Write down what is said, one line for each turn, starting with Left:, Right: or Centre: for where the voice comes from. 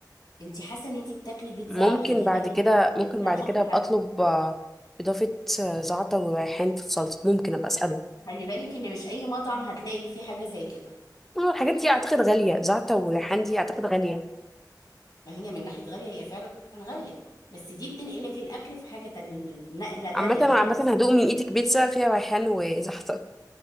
Left: انت حاسه ان انت بتاكلي بيتزا
Centre: ممكن
Left: غريبه
Centre: بعد
Left: كده
Centre: كده ممكن
Left: مش عند
Centre: بعد كده ابقى
Left: حد
Centre: اطلب آه، اضافه آه، زعتر وريحان في الصلصه ممكن ابقى اساله
Left: خلي بالك ان مش اي مطعم هتلاقي فيه حاجه زي كده
Centre: اه الحاجات دي اعتقد غاليه زعتر وريحان دي اعتقد غاليه
Left: ما هي من ناحيه غاليه هي فعلا غاليه بس دي بتنقلك الاكل في حاجه تانية نقله تانية
Centre: عامه عامه
Left: خالص
Centre: هدوق من ايدك بيتزا فيها ريحان وزعتر